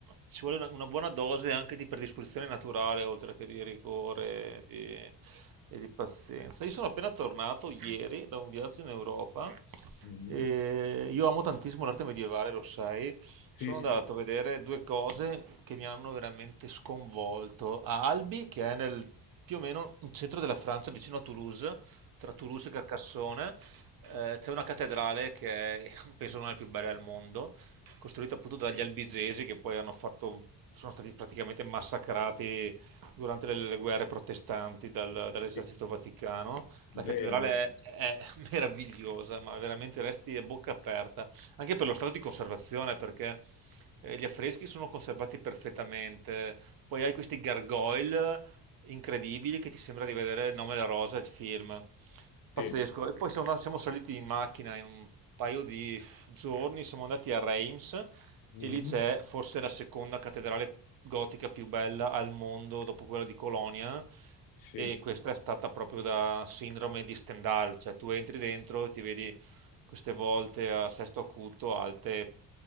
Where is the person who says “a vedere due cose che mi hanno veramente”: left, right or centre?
Right